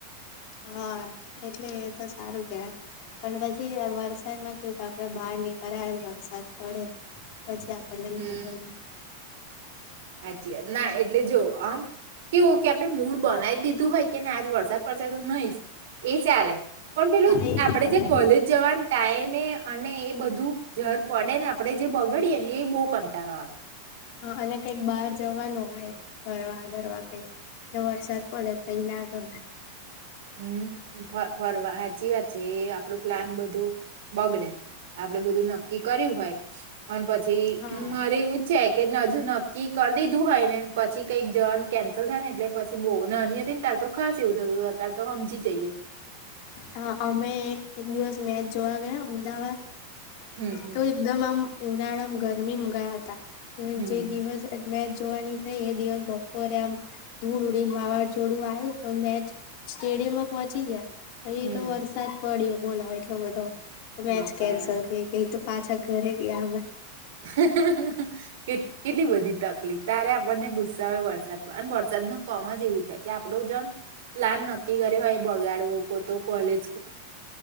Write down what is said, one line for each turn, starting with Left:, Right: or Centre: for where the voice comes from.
Left: હા એટલે એ તો સારું કે, પણ પછી વરસાદમાં કેવું કે આપડે બહાર નીકળી ને. કરરા વરસાદ પડે. પછી આપણને લાગે
Right: હમ હાચી ના, એટલે જો આમ કેવું કે આપણે મૂળ બંધ લાઈટ <inaudible> હોય કેને આજ વરસાદ પડશે, તું નહીં એ ચાલે, પણ પેલું
Left: એ
Right: આપણે
Left: ચાલે
Right: જે કોલેજ જવાનું ટાઈમે અને એ બધું જર પડે ને, આપણે જે બગડીએ ને એ બો. કંટાળો આવે.
Left: હા, અને કંઈક બહાર જવાનું હોય, ફરવા-ભરવા કંઈક વરસાદ પડે ત્યાં હ.
Right: હમ, ફરવા સાચી વાત છે, એ આપણું પ્લાન બધું બગડે, આપડે બધું નક્કી કર્યું હોય. અને પછી
Left: હા
Right: મારે એવું છે કે હજુ નક્કી કર લીધું હોય ને પછી કંઈક જવાનું કેન્સલ થાય ને, એટલે પછી બ નાની હતી ને ત્યારે તો ખાસ એવું થતું હતું. તારે તો સમજી જઈએ.
Left: હા, અમે એક એક દિવસ મેચ જોવા ગયા અમદાવાદ.
Right: હમ, હમ,
Left: તો એકદમ આમ ઉનાળામાં ગરમીમાં ગયા હતા.
Right: હમ,
Left: જે દિવસ મે જોવાની થઈ એ દિવસ બપોરે આમ ધૂળ ઉડીને વાવાઝોડું આવ્યું, પણ મેચ સ્ટેડિયમ માં પહોંચી ગયા. પહી
Right: હમ.
Left: એ તો વરસાદ પડ્યો. બોલો, એટલો બધો. મેચ
Right: બાપા!
Left: કેન્સલ થઈ ગઈ. પાછા ઘરે ગયાં અમે.
Right: <unintelligible> કે કેટલી વધી તક! ત્યારે આપણને ગુસ્સા હોય વરસાદમાં, અને વરસાદ નું કામ જ એવું છે કે આપડો જણ પ્લાન નક્કી કરે હોય બગાડવો કો તો કોલેજ